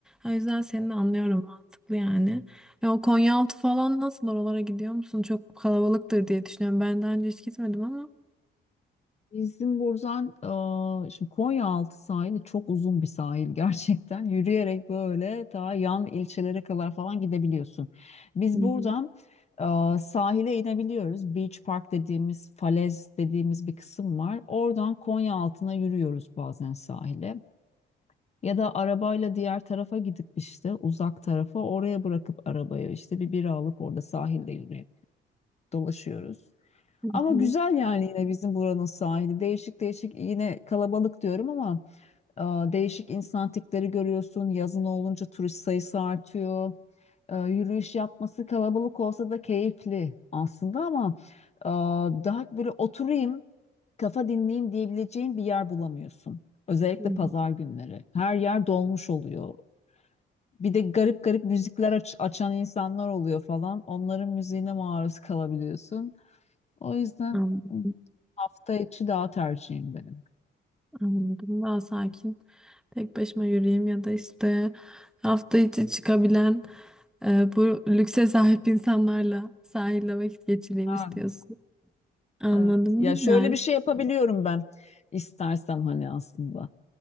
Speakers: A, in the centre; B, on the left.
A: O yüzden seni de anlıyorum mantıklı yani. E, o Konyaaltı falan nasıl oralara gidiyor musun? Çok kalabalıktır diye düşünüyorum. Ben daha önce hiç gitmedim ama.
B: Bizim buradan eee, şimdi Konyaaltı sahili çok uzun bir sahil gerçekten. Yürüyerek böyle ta yan ilçelere kadar falan gidebiliyorsun. Biz
A: Hı hı,
B: buradan eee, sahile inebiliyoruz. Beach Park dediğimiz, falez dediğimiz bir kısım var. Oradan Konyaaltı'na yürüyoruz bazen sahile. Ya da arabayla diğer tarafa gidip işte uzak tarafa oraya bırakıp arabayı işte bir bira alıp orada sahilde yürüyüp dolaşıyoruz.
A: hı
B: Ama
A: hı,
B: güzel yani yine bizim buranın sahili. Değişik değişik yine kalabalık diyorum ama e, değişik insan tipleri görüyorsun. Yazın olunca turist sayısı artıyor. E, yürüyüş yapması kalabalık olsa da keyifli aslında ama e, daha böyle oturayım, kafa dinleyeyim diyebileceğin bir yer bulamıyorsun. Özellikle
A: hı.
B: pazar günleri. Her yer dolmuş oluyor. Bir de garip garip müzikler aç- açan insanlar oluyor falan. Onların müziğine maruz kalabiliyorsun. O yüzden
A: Anladım.
B: hı, hafta içi daha tercihim benim.
A: Anladım. Daha sakin. Tek başıma yürüyeyim ya da işte hafta içi çıkabilen e, bu lükse sahip insanlarla sahilde vakit geçireyim
B: Ha,
A: istiyorsun. Anladım.
B: evet. Ya
A: Güzel.
B: şöyle bir şey yapabiliyorum ben istersem hani aslında.